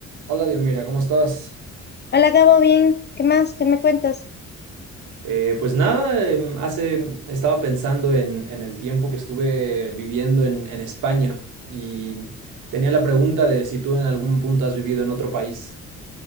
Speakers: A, on the right; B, on the left.
A: Hola, Diomira, ¿cómo estás?
B: Hola Gabo, bien, ¿qué más? ¿Qué me cuentas?
A: Eh, pues nada, em, hace estaba pensando en, en el tiempo que estuve viviendo en, en España y tenía la pregunta de si tú en algún punto has vivido en otro país.